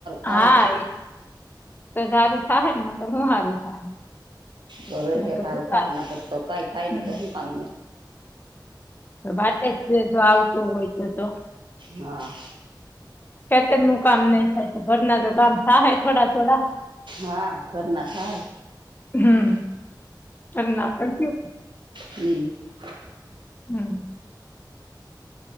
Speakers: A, on the left; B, on the right.
A: હા
B: થાય
A: તો સારું થા હેને નયતર હું સારું થાહે
B: હવે ર
A: નકર
B: હારું
A: દુકાન
B: થાય તો કઈ થાય
A: હમ
B: નહી તો શું કામ નુ.
A: તો વાતે જ છે જો આવતું હોય તો તો
B: હા
A: ખેતર નું કામ નહી થાય ઘરના તો કામ થાહે થોડા થોડા.
B: હા ધરના થાહે
A: હમ ધર ના કરશું.
B: હમ
A: હમ